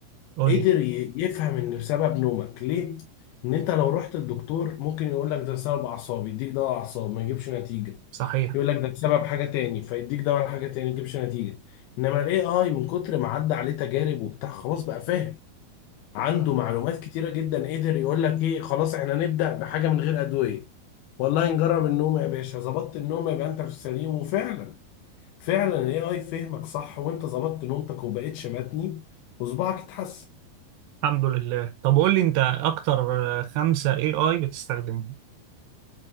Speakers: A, on the right (about 80°); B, on the left (about 80°).
A: قول
B: قدر
A: لي
B: ي- يفهم ان بسبب نومك ليه ان انت لو رحت للدكتور ممكن يقول لك ده بسبب اعصاب يديك دواء اعصاب ما يجيبش نتيجه
A: صحيح
B: يقول لك ده بسبب حاجه تاني فيديك دواء حاجه تاني ما يجيبش نتيجه انما الاي اي من كتر ما عدى عليه تجارب وبتاع خلاص بقى فاهم عنده معلومات كتيرة جدا قدر يقول لك ايه خلاص احنا نبدأ بحاجة من غير أدوية والله نجرب النوم يا باشا ظبطت النوم يبقى انت في السليم وفعلا فعلا الاي اي فهمك صح وانت ظبطت نومتك وبقيت شمتني وصباعك اتحسن
A: الحمد لله طب قول لي انت اكتر آه، خمسة اي اي بتستخدمهم